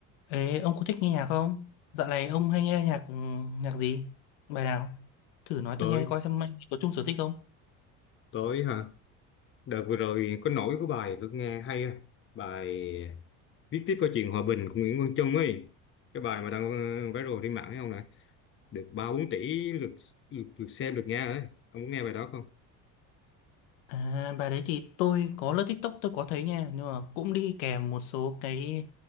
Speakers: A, on the left; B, on the left.
A: Ê, ông có thích nghe nhạc không? Dạo này ông hay nghe nhạc ừ, nhạc gì? Bài nào? Thử nói
B: tối
A: tôi nghe coi xem anh có chung sở thích không?
B: tối hả? Đợt vừa rồi có nổi của bài tôi nghe hay á. Bài viết tiếp câu chuyện hòa bình của Nguyễn Quang Trung ấy. Cái bài mà đang ờ, viral trên mạng ấy không nè. Được ba bốn tỷ lượt, lượt, lượt xem, lượt nghe ấy. Ông muốn nghe bài đó không?
A: À, bài đấy thì tôi có lướt TikTok tôi có thấy nha, nhưng mà cũng đi kèm một số cái